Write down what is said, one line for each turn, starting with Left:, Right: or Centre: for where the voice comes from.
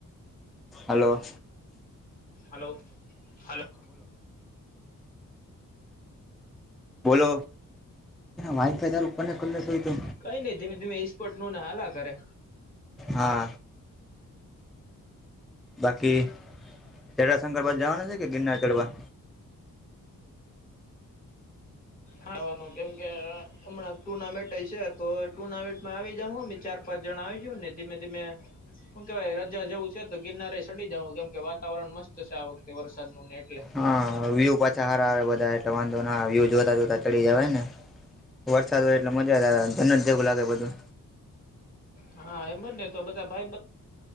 Centre: હલો
Left: હલો હલો
Centre: બોલો વાઇફાઈ તારું ઉપરને કરલે તો
Left: કઈ નઈ ધીમે ધીમે ઈસ્પોર્ટ નું ને હાલા કરે
Centre: હા બાકી ચડા શંકર બાદ જવાના છે, કે ગિરનાર ચઢવા.
Left: હાવાનું કેમ કે હમણાં ટુર્નામેન્ટ છે, તો ટુર્નામેન્ટમાં આવી જા અમે ચાર પાજણા ઓને ધીમે ધીમે શ કે ભાઈ રજા જવું છે તો ગિરનારે સડી જવું કેમ કે વાતાવરણ મસ્ત છે, આ વખતે વરસાદ ન એટલે
Centre: હા વ પા ચારા આવે બધા એટ વાંધો ના વ્યુ જોતા જોતા ચડી જવાય ને વરસાદ હોય, એટલે મજા ધન જ જેવુ લાગે બધું
Left: હા એમ જ ને તો બધા ભાઈ